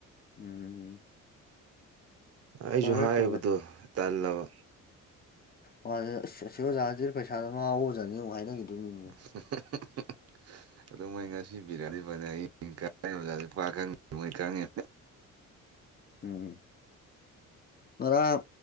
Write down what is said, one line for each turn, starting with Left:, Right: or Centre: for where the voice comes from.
Left: ꯎꯝ
Right: ꯑꯩꯁꯨ
Left: ꯐꯔꯦ
Right: ꯍꯥꯏꯕꯗꯣ
Left: ꯐꯔꯦ
Right: ꯇꯜꯂꯕ
Left: ꯃꯥ ꯑꯁ ꯑꯁꯤ ꯑꯣꯖꯥꯁꯤ ꯄꯩꯁꯥꯗ ꯉꯥꯎꯕ ꯑꯣꯖꯥꯅꯤꯃꯨꯛ ꯍꯥꯏꯅꯈꯤꯗꯣꯏꯅꯤꯅꯦ
Right: <unintelligible> ꯑꯗꯣ ꯃꯣꯏ ꯉꯁꯤ ꯄꯤꯔꯛꯑꯗꯤ ꯐꯅꯤ ꯑꯣꯖꯥ ꯃꯣꯏ ꯈꯪꯉꯦ
Left: ꯎꯝ ꯉꯔꯥꯡ